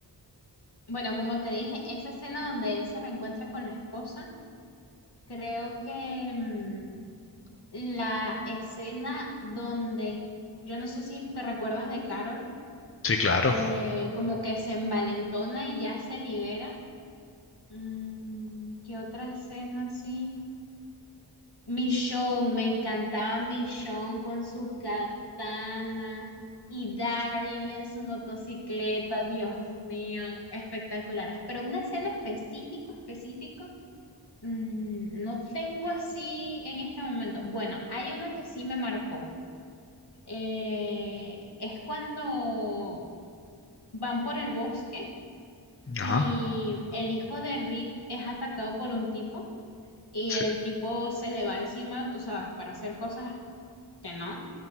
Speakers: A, on the left; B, on the left.
A: Bueno, como te dije, esa escena donde él se reencuentra con la esposa, creo que mm, la escena donde, yo no sé si te recuerdas de Carol,
B: Sí, claro.
A: eh, como que se envalentona y ya se libera. Mm, ¿qué otra escena así? Michonne, me encantaba Michonne con su katana y Daryl en su motocicleta, Dios mío, espectaculares. Pero una escena específico, específico, mm, no tengo así en este momento. Bueno, hay una que sí me marcó. Eh, es cuando van por el bosque y
B: Ajá.
A: el hijo de Rick es atacado por un tipo y
B: Sí,
A: el tipo se le va encima, tú sabes, para hacer cosas que no.